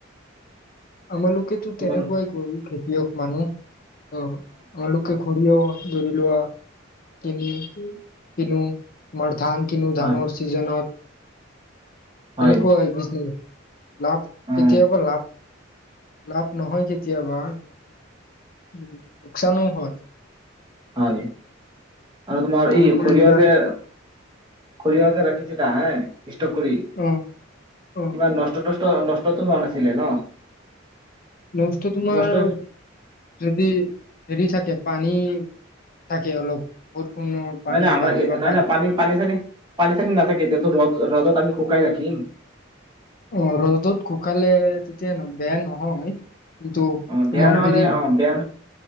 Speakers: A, on the left; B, on the right.
A: আমাৰলোকেতো
B: তোমাৰ
A: তেনেকোৱাই কৰো খেতিয়ক মানুহ। অ <unintelligible> লোকে <unintelligible> ধৰি লোৱা তিনি <unintelligible> মাৰ ধান কিনো
B: হয়
A: ধানৰ ছিজনত
B: হয়
A: তেনেকৈ <unintelligible> লাভ কেতিয়াবা
B: অ
A: লাভ লাভ নহয় কেতিয়াবা <unintelligible> লোকচানো হয়।
B: হয়, আৰু তোমাৰ
A: তোমালোকৰ
B: এই সৰিয়হ
A: এইবাৰ
B: যে, সৰিয়হ যে, ৰাখিছিলা হে ইষ্টক কৰি কিমান
A: অ অ
B: <unintelligible> নষ্ট নষ্টতো হোৱা নাছিলে ন?
A: নষ্ট তোমাৰ
B: নষ্ট
A: যদি হেৰি থাকে পানী থাকে অলপ বৰষুণৰ পানী
B: নাই, নাই আমাৰ
A: বা কিবা
B: নাই, নাই পানী, পানী চানী পানী ছানি নাথাকে, এতিয়াতো ৰ'দ ৰ'দত আমি শুকাই ৰাখিম।
A: অ', ৰ'দত শুকালে তেতিয়া ন বেয়া নহয়। কিন্তু
B: অ
A: তোমাৰ
B: বেয়া নহ'লে
A: হেৰি
B: অ বেয়া